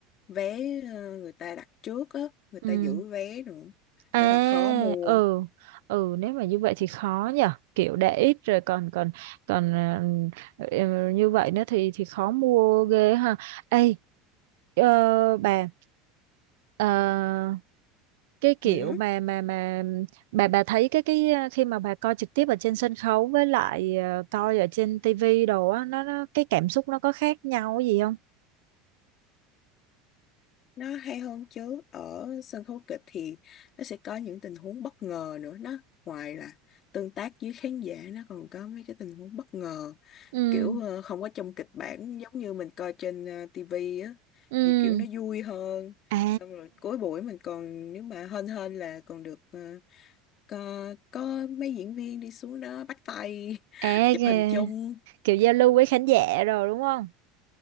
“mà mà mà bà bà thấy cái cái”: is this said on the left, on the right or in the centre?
Right